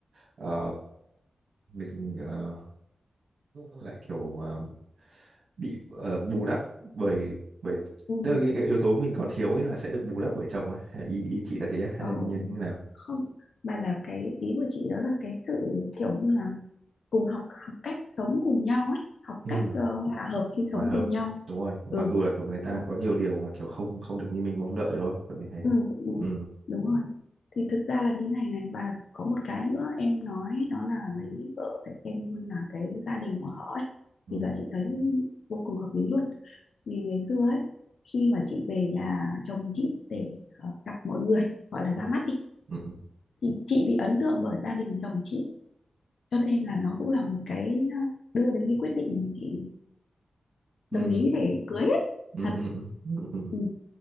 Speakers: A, on the right; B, on the left.
A: ờ, mình ờ, lại kiểu ờ, bị ờ, bù đắp bởi bởi
B: Ừ.
A: tức là những cái yếu tố mình còn thiếu ấy là sẽ được bù đắp bởi chồng ấy Hay ý ý chị là thế á? hay
B: Ờ,
A: là như, như nào
B: không mà là cái ý của chị đó là cái sự kiểu như là cùng học học cách sống cùng nhau ấy học
A: ừ,
B: cách ờ, hòa hợp khi sống
A: hòa hợp
B: cùng nhau
A: đúng rồi mặc
B: ừ
A: dù là kiểu người
B: đúng
A: ta
B: rồi
A: có nhiều điều mà kiểu không không được như mình mong đợi đúng không kiểu như thế
B: Ừ, ừ,
A: ừ
B: đúng rồi. Thì thực ra là như này này và có một cái nữa em nói đó là lấy vợ phải xem luôn là cái gia đình của họ ấy.
A: ừ
B: Thì giờ chị thấy vô cùng hợp lý luôn. Vì ngày xưa ấy khi mà chị về nhà chồng chị để ờ, gặp mọi người gọi là
A: ừ
B: ra mắt đi
A: ừ
B: thì chị bị ấn tượng bởi gia đình chồng chị cho nên là nó cũng là một cái ờ, đưa đến cái quyết định chị
A: ừ
B: đồng ý để cưới ấy.
A: ừ
B: Thật.
A: ừ ừ ừ. ừ.
B: Ừ.